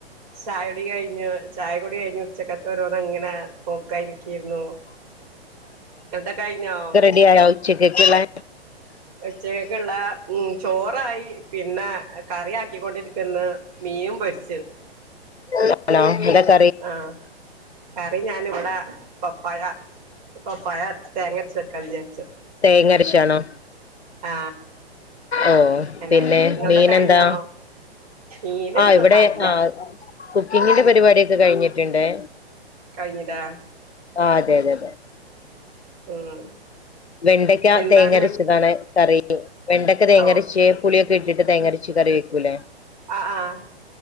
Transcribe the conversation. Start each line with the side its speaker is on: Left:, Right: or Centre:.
Right: ഛായുടി കഴിഞ്ഞു ഛായ കുടി കഴിഞ്ഞു ഉച്ചക്കത്തോരോന്ന് ങ്ങനെ നോക്കായിരിക്യെരുന്നു ങ്ങൾടെ കഴിഞ്ഞോ?
Left: റെഡിയായോ ഉച്ചക്കെക്ക്ള്ളെ?
Right: ഉച്ചക്കെക്ക്ള്ള ഉം ചോറായി പിന്നെ കറിയാക്കിക്കൊണ്ടിര്ക്ക്ന്ന് മീനും പൊരിച്ച്
Left: <unintelligible>
Right: ആ കറി ഞാന്വ്ടെ പപ്പായ പപ്പായ തേങ്ങര്ച്ച് വെക്കാന്ന് വിചാര്ച്ചു
Left: തേങ്ങരക്കാണോ?
Right: ആ
Left: ഓ
Right: അങ്ങനെ
Left: പിന്നെ
Right: നിങ്ങളടെ
Left: മീനെന്താ?
Right: കഴിഞ്ഞോ മീന്
Left: ആ ഇവടെ
Right: ആയില്ല
Left: ആ കുക്കിങ്ങിന്റെ പരിപാടി ഒക്കെ കഴിഞ്ഞിട്ട്ണ്ടെ
Right: കഴിഞ്ഞ് ടാ
Left: ആ അതെതെതെ
Right: ഉം
Left: വെണ്ടയ്ക്ക
Right: എന്താണ്
Left: തേങ്ങരച്ചതാണ് കറി വെണ്ടക്ക തേങ്ങരച്ച്
Right: ഓ
Left: പുളിയൊക്കെ ഇട്ടിട്ട് തേങ്ങരച്ച് കറി വെക്കൂലേ?
Right: അ ആ